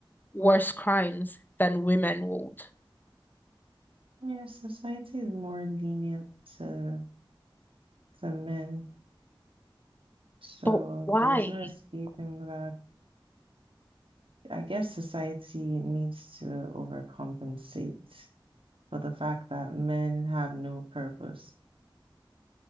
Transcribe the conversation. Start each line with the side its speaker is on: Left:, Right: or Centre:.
Left: worse crimes than women would.
Right: yeah, society is more lenient to to men So
Left: But why?
Right: there's no escaping that. I guess society needs to overcompensate for the fact that men have no purpose.